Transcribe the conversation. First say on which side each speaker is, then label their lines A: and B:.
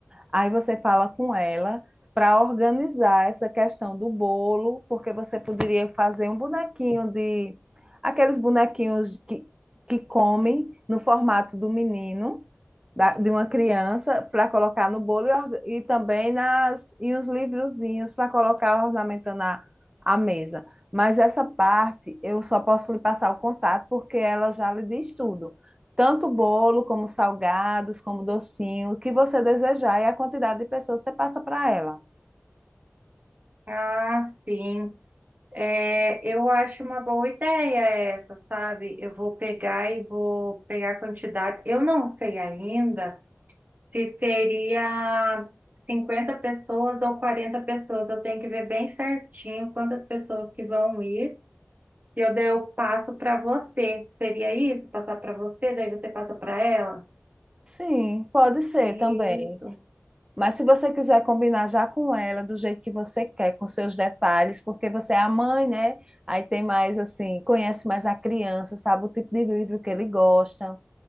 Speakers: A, on the right; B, on the right.
A: aí você fala com ela para organizar essa questão do bolo, porque você poderia fazer um bonequinho de aqueles bonequinhos que, que comem no formato do menino. da- de uma criança para colocar no bolo e, orga- e também nas e os livrozinhos para colocar ornamentando a, a mesa. Mas essa parte eu só posso lhe passar o contato porque ela já lhe diz tudo. Tanto bolo, como salgados, como docinho, o que você desejar e a quantidade de pessoas você passa para ela.
B: Ah, sim. É, eu acho uma boa ideia essa, sabe? Eu vou pegar e vou pegar a quantidade. Eu não sei ainda. Se seria 50 pessoas ou 40 pessoas, eu tenho que ver bem certinho quantas pessoas que vão ir. E eu daí eu passo para você. Seria isso? Passar para você, daí você passa para ela?
A: Sim, pode ser
B: Isso.
A: também. Mas se você quiser combinar já com ela, do jeito que você quer, com seus detalhes, porque você é a mãe, né? Aí tem mais assim, conhece mais a criança, sabe o tipo de livro que ele gosta.